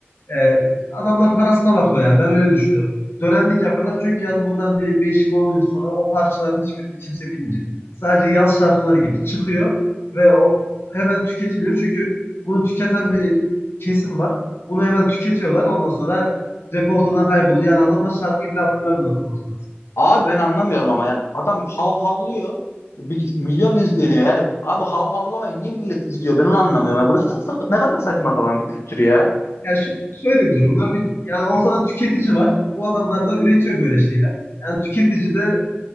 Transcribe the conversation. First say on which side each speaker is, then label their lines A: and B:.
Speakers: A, on the left (about 65°); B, on the left (about 85°).
A: Ee, adamlar parasına bakıyor yani ben öyle düşünüyorum. Dönemlik yapıyorlar çünkü yani buradan bir 5 yıl 10 yıl sonra o parçaların hiçbirini kimse bilmeyecek. Sadece yaz şarkıları gibi çıkıyor ve o hemen tüketiliyor. Çünkü bunu tüketen bir kesim var. Bunu hemen tüketiyorlar. Ondan sonra rap ortadan kayboluyor. Yani adamlar şarkıyı bile hatırlamıyorlar ondan sonrasında.
B: Abi ben anlamıyorum ama yani adam hav havlıyor. Bir- milyon izleniyor yani. Abi hav havlamayı niye millet izliyor? Ben onu anlamıyorum. Yani bu ne, ne kadar saçma sapan bir kültür ya.
A: Ya şu- şöyle bir durum var. Bir, yani ortada tüketici var. Bu adamlar da üretiyor böyle şeyler. Yani tüketici de